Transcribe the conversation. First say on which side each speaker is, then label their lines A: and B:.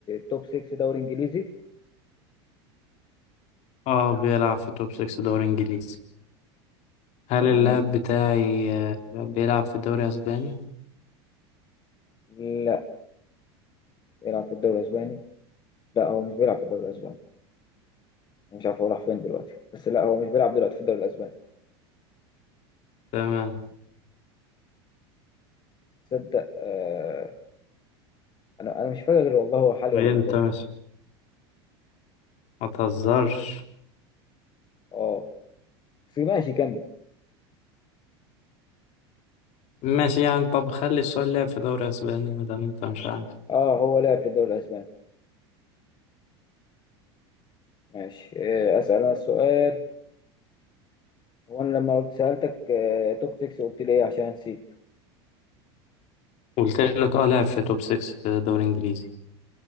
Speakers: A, on the left; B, on the left.
A: توب 6 دوري انجليزي
B: اه بيلعب في توب 6 دوري انجليزي هل
A: تمام
B: اللاعب بتاعي آه، بيلعب في الدوري الأسباني؟
A: لا بيلعب في الدوري الاسباني لا هو مش بيلعب في الدوري الاسباني مش عارف هو راح فين دلوقتي بس لا هو مش بيلعب دلوقتي في الدوري الاسباني
B: تمام
A: تصدق آه انا انا مش فاكر غير والله هو حالي
B: ايه
A: ولا معتزل
B: انت مش ما تهزرش
A: اه في ماشي كمل
B: ماشي يعني طب خلي السؤال لعب في دوري اسباني ما دام انت مش عارف
A: اه هو لعب في الدوري الاسباني ماشي آه، اسال انا السؤال هو انا لما قلت سالتك آه، توب 6 قلت لي ايه عشان نسيت
B: قلت لك اه لعب في توب 6 في دوري انجليزي